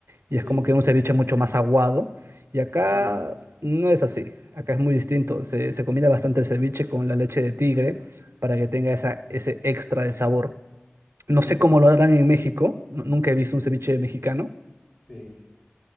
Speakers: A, on the right; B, on the left.
A: Y
B: Sí,
A: es como que un ceviche mucho más aguado. Y acá
B: sí,
A: no es así. Acá es muy distinto. Se, se combina bastante el ceviche con la leche de tigre para que tenga esa, ese extra de sabor. No
B: sí,
A: sé cómo lo harán en México. nu- Nunca he visto un ceviche mexicano.
B: sí.